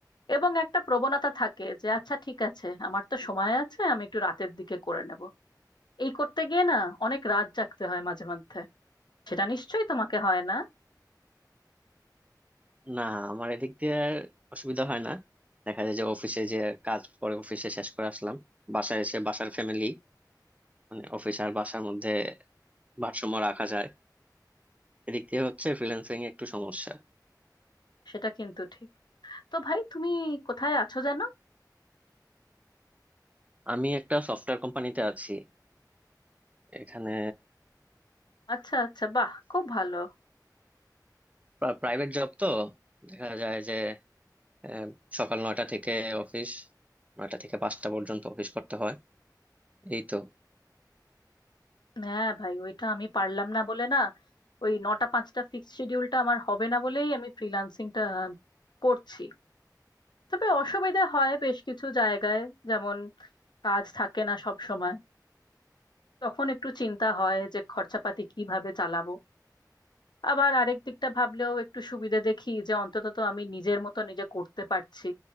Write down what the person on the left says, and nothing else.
এবং একটা প্রবণতা থাকে যে আচ্ছা ঠিক আছে আমার তো সময় আছে আমি একটু রাতের দিকে করে নেব এই করতে গিয়ে না অনেক রাত জাগতে হয় মাঝে মধ্যে সেটা নিশ্চয়ই তোমাকে হয় না
সেটা কিন্তু ঠিক তো ভাই তুমি কোথায় আছো যেন
আচ্ছা আচ্ছা বাহ খুব ভালো
হ্যাঁ ভাই ওইটা আমি পারলাম না বলে না ওই নটা পাঁচটা ফিক্সড শিডিউলটা আমার হবে না বলেই আমি ফ্রিল্যান্সিংটা করছি তবে অসুবিধা হয় বেশ কিছু জায়গায় যেমন কাজ থাকে না সব সময় তখন একটু চিন্তা হয় যে খরচাপাতি কিভাবে চালাবো আবার আরেক দিকটা ভাবলেও একটু সুবিধে দেখি যে অন্তত তো আমি নিজের মতো নিজে করতে পারছি